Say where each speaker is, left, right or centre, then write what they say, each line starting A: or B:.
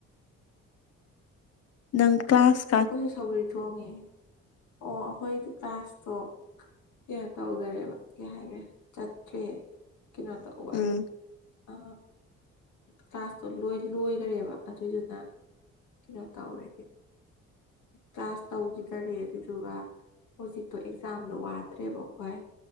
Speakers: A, on the left; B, on the left.
A: ꯅꯪ ꯀ꯭ꯂꯥꯁ
B: ꯑꯈꯣꯏꯁꯨ ꯁꯧꯒ꯭ꯔꯤ ꯊꯣꯡꯉꯦ ꯑꯣ ꯑꯈꯣꯏꯗꯨ ꯀ꯭ꯂꯥꯁ ꯇꯣ ꯀꯤꯌꯥ ꯇꯧꯗꯔꯦꯕ ꯀꯩ ꯍꯥꯏꯒ꯭ꯔꯦ ꯇꯠꯇ꯭ꯔꯦ ꯀꯤꯅꯣ ꯇꯧꯕꯩ
A: ꯎꯝ
B: ꯑ ꯀ꯭ꯂꯥꯁꯇꯣ ꯂꯣꯏ ꯂꯣꯏꯒꯔꯦꯕ ꯑꯗꯨꯏꯗꯨꯅ ꯀꯩꯅꯣ ꯇꯧꯔꯦ ꯀ꯭ꯂꯥꯁ ꯇꯧꯒꯤꯗꯔꯦ ꯑꯗꯨꯗꯨꯒ ꯍꯧꯖꯤꯛꯇꯣ ꯑꯦꯛꯖꯥꯝꯗꯣ ꯋꯥꯗ꯭ꯔꯦꯕ ꯑꯈꯣꯏ